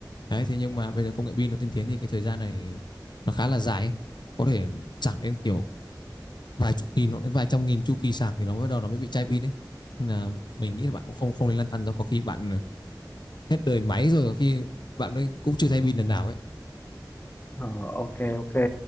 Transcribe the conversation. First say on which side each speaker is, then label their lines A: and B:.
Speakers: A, on the left; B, on the left.
A: đấy thế nhưng mà bây giờ công nghệ pin nó tiên tiến thì cái thời gian này nó khá là dài ấy. có thể sạc đến kiểu vài chục nghìn hoặc đến vài trăm nghìn chu kỳ sạc thì nó mới đầu nó mới bị chai pin đấy. nên là mình nghĩ là bạn cũng không không nên lăn tăn đâu có khi bạn hết đời máy rồi có khi bạn ấy cũng chưa thay pin lần nào ấy
B: Ờ, ok ok